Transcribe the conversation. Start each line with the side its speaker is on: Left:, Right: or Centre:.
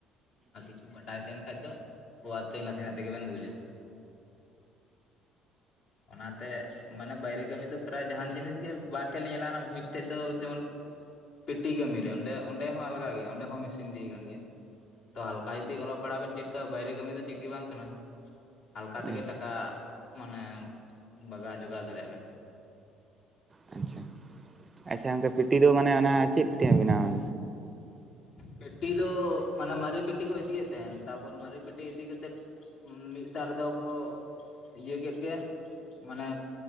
Left: ᱟᱨ ᱠᱤᱪᱷᱩ ᱵᱟᱰᱟᱭ ᱛᱟᱦᱮᱱ ᱠᱷᱟᱡ ᱫᱚ ᱠᱩ ᱟᱨ ᱠᱤ ᱱᱟᱥᱮᱱᱟᱜ ᱛᱮᱜᱮ ᱵᱮᱱ ᱵᱩᱡᱟ᱾ ᱚᱱᱟᱛᱮ ᱢᱟᱱᱮ ᱵᱟᱭᱨᱮ ᱠᱟᱹᱢᱤ ᱫᱚ ᱯᱨᱟᱭ ᱡᱟᱦᱟᱱ ᱡᱤᱱᱤᱥ ᱜᱮ ᱵᱟᱨ ᱴᱷᱮᱡ ᱞᱤᱧ ᱦᱮᱞᱟᱣᱱᱟ ᱢᱤᱫ ᱴᱷᱮᱡ ᱫᱚ ᱡᱮᱢᱚᱱ- ᱯᱤᱴᱤ ᱠᱟᱹᱢᱤ ᱨᱮ ᱚᱸᱰᱮ ᱚᱸᱰᱮ ᱦᱚᱸ ᱟᱞᱜᱟ ᱜᱮᱭᱟ ᱚᱸᱰᱮ ᱦᱚᱸ ᱢᱤᱥᱤᱱ ᱫᱤᱭᱮ ᱠᱟᱱ ᱜᱮᱭᱟ᱾ ᱛᱚ ᱦᱟᱞᱠᱟ ᱡᱩᱫᱤ ᱚᱞᱚᱜ ᱯᱟᱲᱦᱟᱜ ᱵᱮᱱ ᱪᱮᱫ ᱠᱟᱜ-ᱟ ᱵᱟᱭᱨᱮ ᱠᱟᱹᱢᱤ ᱫᱚ ᱪᱮᱫ ᱜᱮ ᱵᱟᱝ ᱠᱟᱱᱟ᱾ ᱟᱞᱠᱟ ᱛᱮᱜᱮ
Right: ᱟᱪᱪᱷᱟ
Left: ᱴᱟᱠᱟ ᱢᱟᱱᱮ ᱵᱟᱜᱟᱣ ᱡᱚᱜᱟᱣ ᱫᱟᱲᱮᱭᱟᱜ-ᱟ ᱵᱮᱱ᱾
Right: ᱟᱪᱷᱟ ᱟᱪᱷᱟ ᱜᱚᱝᱠᱮ ᱯᱤᱴᱤ ᱫᱚ ᱢᱟᱱᱮ ᱚᱱᱟ ᱪᱮᱫ ᱴᱤᱢ ᱵᱮᱱᱟᱣᱟ?
Left: ᱯᱮᱴᱤ ᱫᱚ ᱢᱟᱱᱮ ᱢᱟᱨᱤ ᱯᱤᱴᱤ ᱠᱚ ᱤᱫᱤᱭᱮᱫ ᱛᱟᱦᱮᱱ ᱛᱟᱨᱯᱚᱨ ᱢᱟᱨᱤ ᱯᱤᱴᱤ ᱤᱫᱤ ᱠᱟᱛᱮᱫ ᱢᱤᱫ ᱥᱟᱣ ᱨᱮᱫᱚ ᱠᱚ ᱤᱭᱟᱹ ᱠᱮᱫ ᱜᱮ ᱢᱟᱱᱮ